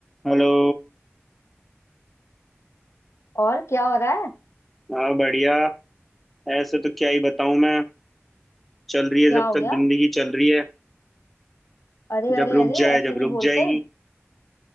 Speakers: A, in the centre; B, on the left.
A: Hello
B: और क्या हो रहा है
A: हाँ बढ़िया ऐसे तो क्या ही बताऊं मैं चल रही है
B: क्या
A: जब
B: हो
A: तक
B: गया
A: जिंदगी चल रही है
B: अरे
A: जब
B: अरे
A: रुक
B: अरे
A: जाए
B: ऐसे
A: जब
B: नहीं
A: रुक
B: बोलते
A: जाएगी